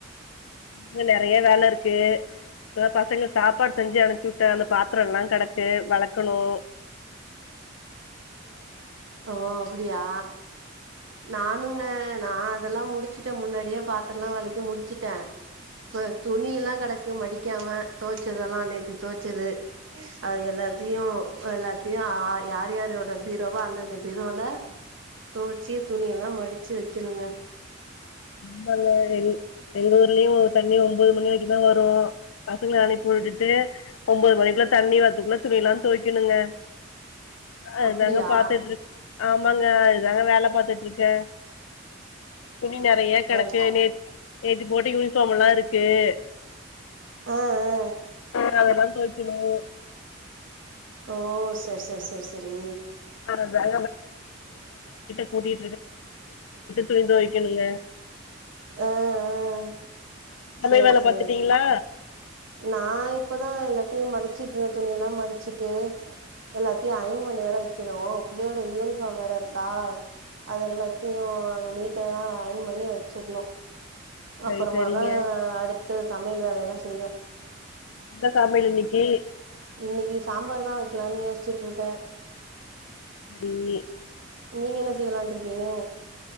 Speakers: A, on the left; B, on the right.
A: இனும் நெறைய வேலருக்கு இப்பதா பசங்க சாப்பாடு செஞ்சு அணிச்சு உட்டேன் அந்த பாத்ரல்லாம் கெடக்கு வெளக்கணும்
B: ஓ அப்டியா நானுங்க நான் அதெலாம் முடிச்சுடேன் முன்னாடியே பாத்திரலாம் வெளக்கி முடிச்சுடேன் இப்ப துணிலாம் கெடக்கு மடிக்காம தொவச்சதெலாம் நேத்தி தொவச்சது அது எல்லாத்தையும் எல்லாத்தையும் யார் யாரோட ப வா அந்தந்த பிரோல தொவச்சி துணிலாம் மடிச்சு வக்கணுங்க
A: ஆமால எ எங்கூர்லயும் ஒரு தண்ணி ஒமபோது மணி வரைக்கும் தான் வரும் அனுப்பி ‌உட்டுட்டு ஒம்போது மணிக்குள்ள தண்ணி வரதுகுள்ள துணிலாம்‌ தோய்க்கணுங்க அ
B: அப்டியா
A: நாங்க பாத்துட்ரு ஆமா ஆங்க இதுதாங்க வேல பாத்ட்ருக்கேன் துணி நெறைய கெடக்கு
B: வேல
A: நேதி போட்ட யூனிஃபார்ம்லாம் இருக்கு <unintelligible>
B: ஆ ஆ
A: <unintelligible>
B: ஓ சேரி சேரி சேரி சேரி
A: <unintelligible> துணி தொவக்கனுங்க
B: ஆஹ் ஆஹ்
A: சமையல்
B: சேரி
A: வேல
B: சேரி
A: பாத்துட்டீங்களா
B: சேரி நா இப்பதான் எல்லாத்தையும் மடிச்சுட்டு இரு துணியலாம் மடிச்சிட்டு எல்லாத்தையும் அயன் பண்ணி வேற வக்கிணும் புள்ளையோட யூனிஃபார்ம் வேற இருக்கா அது எல்லாத்தையும் அங்க நீட்டா அயன் பண்ணி வச்சிர்ணும் அப்றமாதான்
A: சரி சரிங்க
B: அடுத் சமையல் வேலயெலாம் செய்வேன்
A: <unintelligible>
B: இன்னைக்கு சாம்பார் தான் வக்கிலான் யோசிச்சுட்ருக்கேன்
A: <inaudible>
B: நீங்க என்ன செய்யலான்ட்ருகீங்க